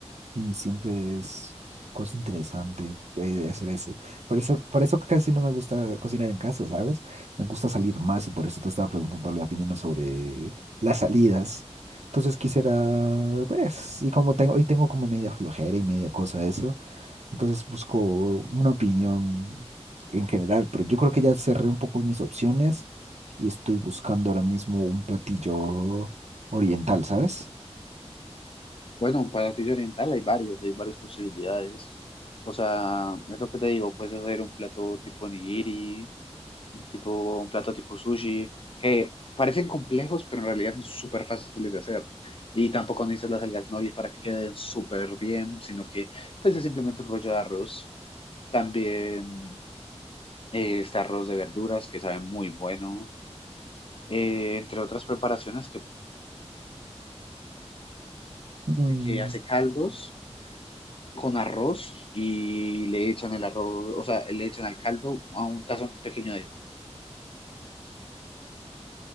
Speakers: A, on the right; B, on the left.
A: Sí, siempre es cosa interesante eh, hacer eso. Por eso, por eso casi no me gusta cocinar en casa, ¿sabes? Me gusta salir más y por eso te estaba preguntando la opinión sobre las salidas. Entonces quisiera, pues, y como tengo, y tengo como media flojera y media cosa eso, entonces busco una opinión en general, pero yo creo que ya cerré un poco mis opciones y estoy buscando ahora mismo un platillo oriental, ¿sabes?
B: Bueno, un platillo oriental hay varios, hay varias posibilidades. O sea, es lo que te digo, puedes hacer un plato tipo nigiri, tipo, un plato tipo sushi, que parecen complejos, pero en realidad son súper fáciles de hacer. Y tampoco necesitas las algas nori para que queden súper bien, sino que pues es simplemente un rollo de arroz. También eh, está arroz de verduras, que sabe muy bueno. Eh, entre otras preparaciones que,
A: Mm,
B: que hace caldos con arroz y le echan el arroz, o sea, le echan al caldo a un tazón pequeño de...